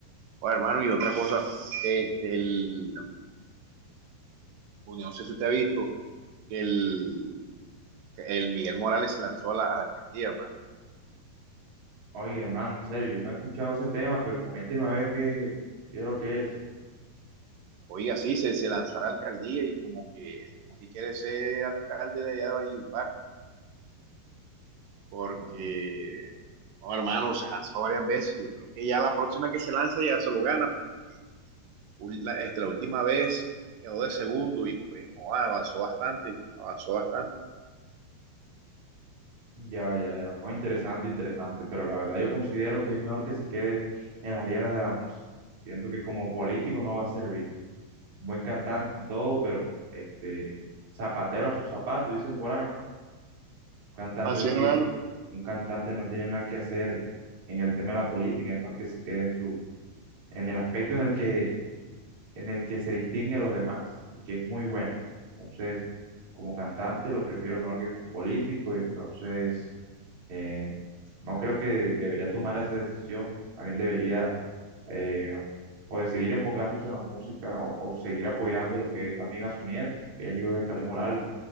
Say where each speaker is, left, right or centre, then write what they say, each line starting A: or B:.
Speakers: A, on the right (about 70°); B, on the right (about 45°).
A: Oye, hermano, y otra cosa, este, el, no sé si usted ha visto que el, que el Miguel Morales se lanzó a la, a la alcaldía, hermano.
B: Oye, hermano, en serio, yo no he escuchado ese tema, pero coménteme a ver qué, qué es lo que es.
A: Oiga, sí, se, se lanzó a la alcaldía y como que, como que quiere ser alcalde de allá de Valledupar porque,
B: Mm.
A: no, hermano, se lanzó varias veces. Yo creo que ya la próxima que se lanza ya se lo gana, porque ul- la, este, la última vez quedó de segundo y pues no, avanzó bastante, avanzó bastante.
B: Ya, ya, ya. No, interesante, interesante, pero la verdad yo considero que es mejor que se quede en las riendas de la música. Siento que como político no va a servir. Un buen cantante en todo, pero este zapatero a su zapato, dicen por ahí, ¿no? Un cantante
A: Así,
B: no
A: hermano.
B: tiene, un cantante no tiene nada que hacer en el tema de la política, es mejor que se quede en su, en el aspecto en el que, en el que se distingue de los demás, que es muy bueno. Entonces, como cantante lo prefiero mejor que como político, y entonces eh, no creo que debería tomar esa decisión, también debería eh, o de seguir enfocándose en la música o, o seguir apoyando lo que es también a su nieto, que es el hijo de Calé Morales,